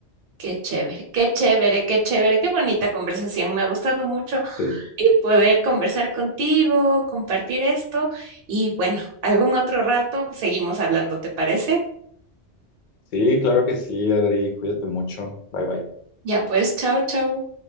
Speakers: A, on the right; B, on the left.
A: qué chévere, qué chévere, qué chévere, qué bonita conversación. Me ha gustado mucho
B: Sí.
A: y poder conversar contigo, compartir esto y bueno, algún otro rato seguimos hablando, ¿te parece?
B: Sí, claro que sí, Adri, cuídate mucho. Bye bye.
A: Ya pues, chao, chao.